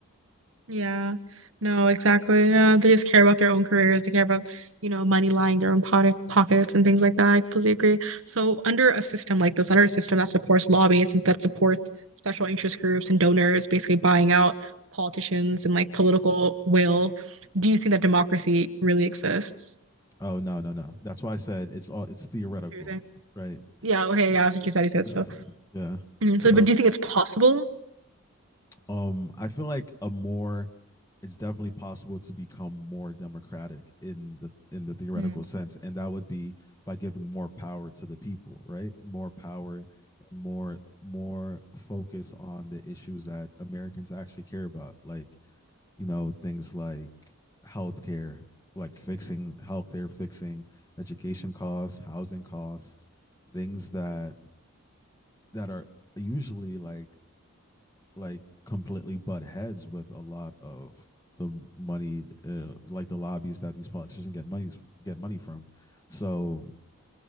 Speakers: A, on the right; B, on the left.
A: Yeah, no, exactly. Yeah, they just care about their own careers. They care about, you know, money lying their own pocket pockets and things like that. I completely agree. So under a system like this, under a system that supports lobbyists and that supports special interest groups and donors basically buying out politicians and like political will, do you think that democracy really exists?
B: Oh no, no, no. That's why I said it's all it's theoretical,
A: What do you think?
B: right?
A: Yeah, okay, yeah, that's
B: <laughs>
A: what you said. You said so.
B: Yeah.
A: Mhm,
B: So
A: So, but do you think it's possible?
B: Um, I feel like a more it's definitely possible to become more democratic in the in the theoretical
A: Hmm.
B: sense, and that would be by giving more power to the people, right? More power more more focus on the issues that Americans actually care about, like you know things like healthcare, like fixing healthcare, fixing education costs, housing costs, things that that are usually like like completely butt heads with a lot of the money, uh, like the lobbies that these politicians get money get money from. So